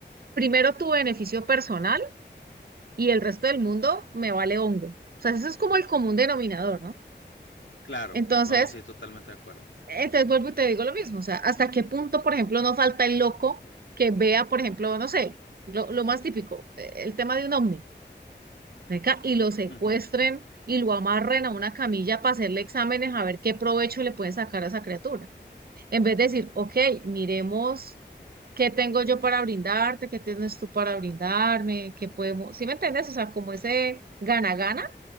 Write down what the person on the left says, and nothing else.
Claro.
No, sí, totalmente de acuerdo.
Ujú,